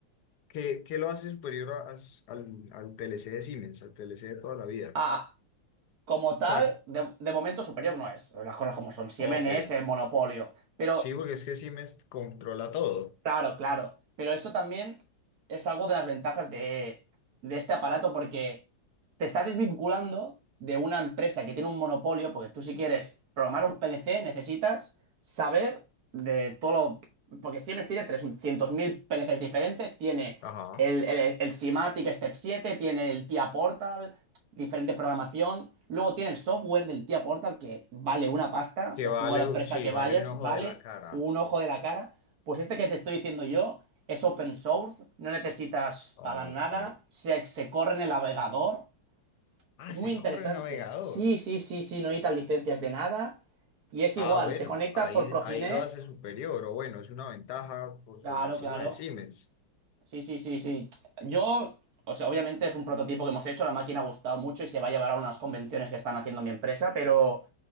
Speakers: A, on the left; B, on the right.
A: ¿Qué, qué lo hace superior a- as- al, al PLC de Siemens, al PLC de toda la vida?
B: Ah,
A: O
B: como tal,
A: sea,
B: de, de momento superior no es. Las cosas como son. Siemens
A: ok,
B: es el monopolio. Pero,
A: sí, porque es que Siemens controla todo.
B: claro, claro. Pero esto también es algo de las ventajas de, de este aparato porque te estás desvinculando de una empresa que tiene un monopolio, porque tú si quieres programar un PLC necesitas saber de todo lo... Porque Siemens tiene 300.000 PLCs diferentes, tiene
A: Ajá.
B: el, el, el SIMATIC Step 7, tiene el TIA Portal, diferente programación. Luego tiene el software del tía Portal que vale una pasta. O
A: Que
B: sea,
A: vale,
B: tú a la empresa
A: u- sí,
B: que
A: vale
B: vayas
A: un ojo
B: vale
A: de la cara.
B: un ojo de la cara. Pues este que te estoy diciendo yo es open source, no necesitas
A: Ok.
B: pagar nada, se, se corre en el navegador.
A: Ah,
B: Es
A: se
B: muy interesante.
A: corre el navegador.
B: Sí, sí, sí, sí, no necesitas licencias de nada. Y es
A: Ah,
B: igual,
A: bueno,
B: te conectas
A: ahí,
B: por Profinet.
A: ahí lo hace superior, o bueno, es una ventaja por
B: Claro,
A: sobre encima
B: claro.
A: de Siemens.
B: Sí, sí, sí, sí. Yo, o sea, obviamente es un prototipo que hemos hecho, la máquina ha gustado mucho y se va a llevar a unas convenciones que están haciendo mi empresa, pero